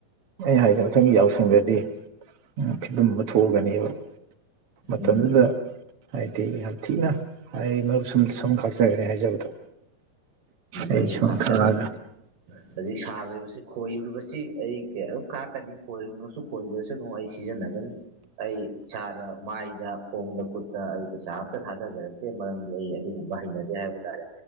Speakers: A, on the right; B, on the right.
A: ꯑꯩ ꯍꯥꯏꯁꯦ ꯃꯊꯪꯒꯤ ꯌꯥꯎꯁꯪꯗꯗꯤ ꯐꯤꯕꯝ ꯑꯃ ꯊꯣꯛꯑꯒꯅꯦꯕ ꯃꯇꯝꯗꯨꯗ
B: ꯎꯝ
A: ꯍꯥꯏꯗꯤ ꯌꯥꯝ ꯊꯤꯅ ꯑꯩ ꯃꯔꯨꯞ ꯁꯨꯝ ꯁꯨꯝ ꯀꯥꯛꯆꯔꯅꯤ ꯍꯥꯏꯖꯕꯗꯣ ꯑꯩ
B: ꯑꯩꯁꯨꯨ
A: ꯁꯝ
B: ꯈꯥꯛꯁ
A: ꯈꯥꯛꯑꯒ
B: ꯑꯗꯨ ꯑꯗꯩ ꯁꯥꯡꯂꯤꯕꯁꯤ ꯈꯣꯏꯔꯤꯕꯁꯤ ꯑꯩ ꯀꯝ ꯀꯥꯛꯀꯅꯤ ꯈꯣꯏꯅꯣꯁꯨ ꯈꯣꯏꯗꯁꯨ ꯑꯗꯨꯝ ꯑꯩ ꯁꯤꯖꯤꯟꯅꯒꯅꯤ ꯑꯩ ꯏꯁꯥꯗ ꯃꯥꯏꯗ ꯈꯣꯡꯗ ꯈꯨꯠꯇ ꯑꯩ ꯄꯩꯁꯥ ꯑꯝꯇ ꯊꯥꯗꯖꯔꯒꯦ ꯁꯤꯦ ꯃꯔꯝꯗꯤ ꯑꯩ ꯑꯗꯨꯒꯨꯝꯕ ꯍꯩꯅꯗꯦ ꯍꯥꯏꯕ ꯇꯥꯔꯦ